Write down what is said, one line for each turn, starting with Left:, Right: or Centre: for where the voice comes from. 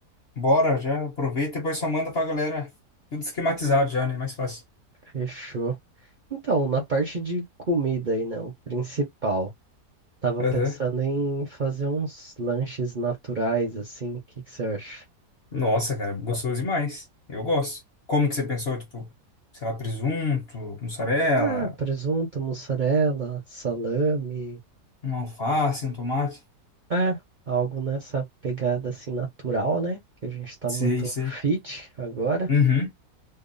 Left: bora, já aproveita e depois só manda pra galera. Tudo esquematizado já, né? Mais fácil.
Right: Fechou. Então, na parte de comida aí, né, o principal. Tava
Left: Aham.
Right: pensando em fazer uns lanches naturais, assim, o que que você acha?
Left: Nossa, cara, gostoso demais. Eu gosto. Como que você pensou? Tipo, sei lá, presunto, mussarela,
Right: Ah, presunto, mussarela, salame,
Left: um alface, um tomate?
Right: É, algo nessa pegada assim natural, né? Que a gente tá
Left: Sei,
Right: muito
Left: sei.
Right: fit agora,
Left: Uhum.